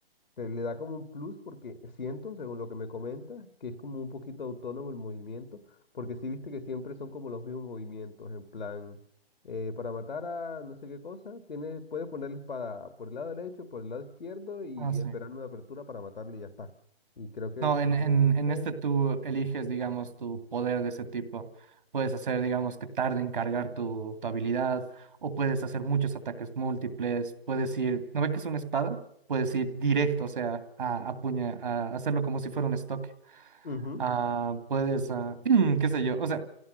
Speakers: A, on the left; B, on the right.
A: te le da como un plus porque siento, según lo que me comentas, que es como un poquito autónomo el movimiento, porque sí viste que siempre son como los mismos movimientos, en plan, eh, para matar a no sé qué cosa, tienes, puedes poner la espada por el lado derecho, por el lado izquierdo y
B: Ah, sí.
A: esperar una apertura para matarlo y ya está. Y creo que,
B: No,
A: como
B: en, en,
A: me dijiste,
B: en este tú eliges, digamos, tu poder de ese tipo. Puedes hacer, digamos, que tarde en cargar tu, tu habilidad, o puedes hacer muchos ataques múltiples, puedes ir, ¿no ve que es una espada? Puedes ir directo, o sea, a, a puña, a hacerlo como si fuera un estoque.
A: ujú,
B: Ah, puedes, ah, <clears throat> qué sé yo, o sea,